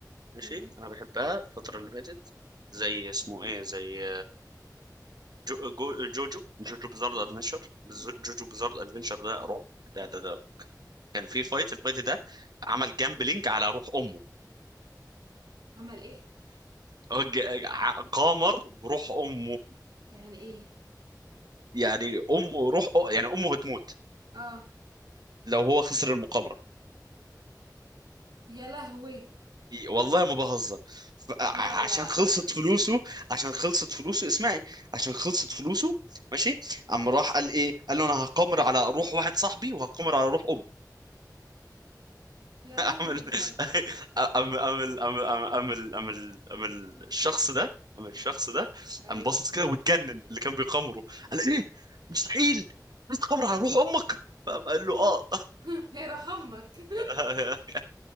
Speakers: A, on the right; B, on the right.
A: ماشي
B: مم.
A: انا بحبها الفتره اللي فاتت زي اسمه ايه زي جو... جو... جوجو جوجو بزارد ادفنشر جوجو بزارد ادفنشر ده رعب ده ده ده كان في فايت الفايت ده عمل جامبلينج على روح امه
B: عمل ايه
A: <laughs> ج- ع- قمر بروح امه
B: يعني ايه
A: يعني امه روح يعني امه هتموت
B: اه
A: لو هو خسر المقامرة
B: يا لهوي
A: والله ما بهزر ف- ع-
B: لا
A: عشان
B: لا
A: خلصت
B: لا
A: فلوسه عشان خلصت فلوسه اسمعي عشان خلصت فلوسه ماشي قام راح قال ايه قال له انا هقامر على روح واحد صاحبي وهقامر على روح امي
B: يا لهوي
A: <laughs> قام ال-
B: بجد
A: قام قام ال- قام قام قام ال- قام ال- قام ال- الشخص ده قام الشخص ده
B: ايوه
A: قام باصص كده واتجنن اللي كان بيقامره قال ايه مستحيل انت تقامر على روح امك فقام قال له
B: مم.
A: اه
B: <laughs> يا رحمك <laughs>
A: <laughs>